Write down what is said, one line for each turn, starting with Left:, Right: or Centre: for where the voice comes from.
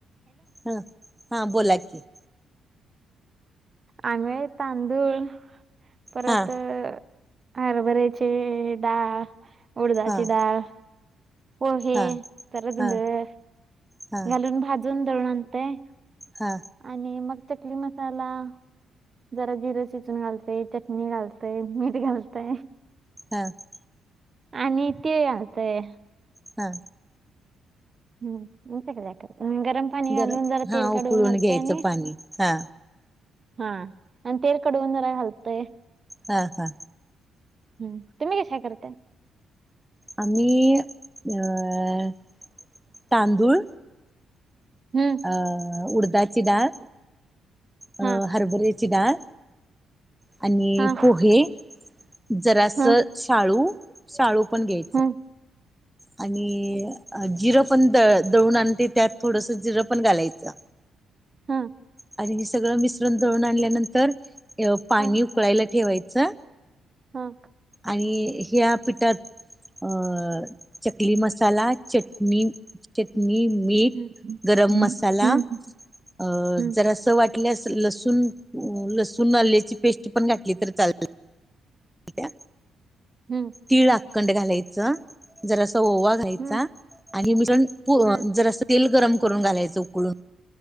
Centre: हा हा बोला की.
Right: आम्ही होय तांदूळ परत,
Centre: हा
Right: हरबरेचे डाळ उडदाची
Centre: हा
Right: डाळ. पोहे,
Centre: हा
Right: जरा जुंधळ
Centre: हा हा
Right: घालून भाजुन दळुन आणतोय.
Centre: हा
Right: आणि मग चकली मसाला, जरा जिरे चिचून घालतय, चटणी घालतय, मीठ घालतय.
Centre: हा <unintelligible>
Right: आणि तीळ घलतय एक
Centre: हा
Right: <unintelligible> गरम पाणी घालून
Centre: गरम हा
Right: तेल कळवून
Centre: उकळून
Right: घालतो
Centre: घ्यायचं
Right: आणि
Centre: पाणी हा
Right: हा अन तेल कढवुन जरा घालतय.
Centre: हा हा
Right: हम्म तुम्ही कशा करतात.
Centre: आम्ही अ तांदूळ
Right: हम्म
Centre: अ उडदाची डाळ अ
Right: हा
Centre: हरभर्याची डाळ, आणि
Right: हा हा
Centre: पोहे, जरास
Right: हा
Centre: शाळू शाळू पण घे.
Right: हा
Centre: आणि जिरं पण द दळून आणते त्यात थोडस जिरं पण घालायचं.
Right: हा
Centre: आणि हे सगळं मिश्रण दळून आणल्यानंतर पाणी
Right: हा
Centre: उकळायला ठेवायचं.
Right: हा
Centre: आणि ह्या पिठात अ चकली मसाला, चटणी चटणी, मीठ,
Right: हम्म
Centre: गरम
Right: हम्म
Centre: मसाला,
Right: हम्म
Centre: अ
Right: हम्म
Centre: जरास वाट ल्यास लसूण, लसूण आल्याची पेस्ट पण घातली तर चाल त्या.
Right: हम्म.
Centre: तीळ आखंड घालायचं. जरसं ओवा घालायचा.
Right: हम्म
Centre: आणि मिश्रण
Right: हम्म
Centre: जरासं तेल गरम करून घालायचं उकळून.